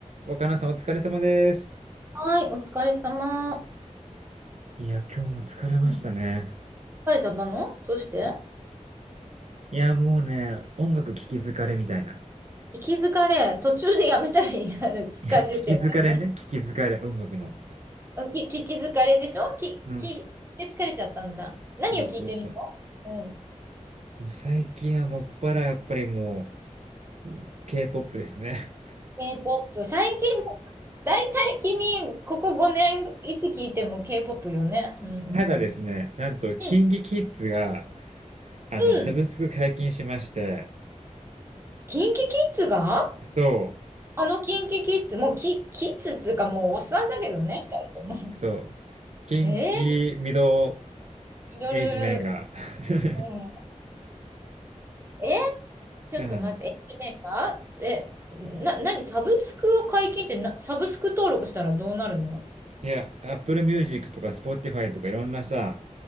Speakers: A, on the right; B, on the right.
A: 若菜さんお疲れ様です。
B: はい、お疲れ様。
A: いや、今日も疲れましたね。
B: うん疲れちゃったのどうして
A: ね。いや、もうね、音楽聴き疲れみたいな。
B: 聞き疲れ。途中でやめたらいいじゃん。<laughs> 疲れる手前で。
A: いや、聴き疲れね、聴き疲れ、音楽の。
B: あき聞き疲れでしょき、
A: うん。
B: き、聞き疲れちゃったんだ。何を聞いてるのうん。
A: そうそうそう。もう最近はもっぱらやっぱりもう K-POP ですね。
B: K-POP。最近、だいたい君、ここ5年、いつ聞いても K-POP よね。
A: <laughs>
B: うん。
A: ただですね、なんとキンキキッズが、
B: うん。
A: あの、
B: うん。
A: サブスク解禁しまして、
B: キンキキッズが
A: そう、
B: あのキンキキッズ、もうキ、キッズっていうかもうおっさんだけどね、二人とも。
A: そう、キンキミド
B: えー、ミドル、
A: ルエイジメンが、<laughs>
B: うん。えちょっと待って、
A: うん。
B: 一面が、え、な、何、サブスクを解禁ってな、サブスク登録したらどうなるの
A: いや、Apple Music とか Spotify とかいろんなさ、